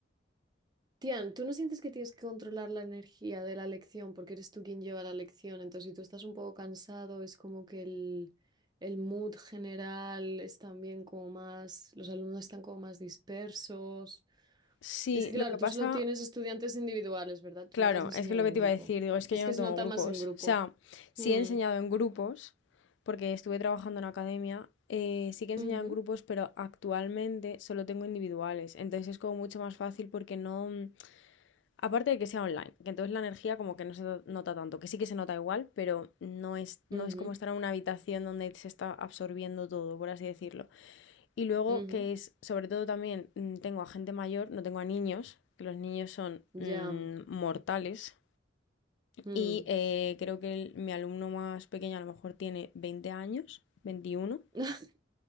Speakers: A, on the right; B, on the left.
A: Tian, tú no sientes que tienes que controlar la energía de la lección porque eres tú quien lleva la lección. Entonces, si tú estás un poco cansado, es como que el, el mood general es también como más... Los alumnos están como más dispersos.
B: Sí,
A: Es que claro,
B: lo que
A: tú
B: pasa,
A: solo tienes estudiantes individuales, ¿verdad? Tú
B: Claro,
A: nunca has enseñado
B: es que lo
A: en
B: que te
A: grupo.
B: iba a decir, digo, es que
A: Es
B: yo
A: que
B: no tengo
A: se nota
B: grupos.
A: más en grupo.
B: O sea, sí
A: Hmm,
B: he enseñado en grupos, porque estuve trabajando en academia, eh, sí que he enseñado
A: ujú,
B: en grupos, pero actualmente solo tengo individuales. Entonces es como mucho más fácil porque no... mm, Aparte de que sea online, que entonces la energía como que no se to- nota tanto, que sí que se nota igual, pero no es, no
A: ujú,
B: es como estar en una habitación donde se está absorbiendo todo, por así decirlo. Y luego
A: ujú.
B: que es, sobre todo también, mm, tengo a gente mayor, no tengo a niños, que los niños son
A: Ya.
B: mm, mortales.
A: mm.
B: Y eh, creo que el- mi alumno más pequeño a lo mejor tiene 20 años, veintiuno
A: <laughs>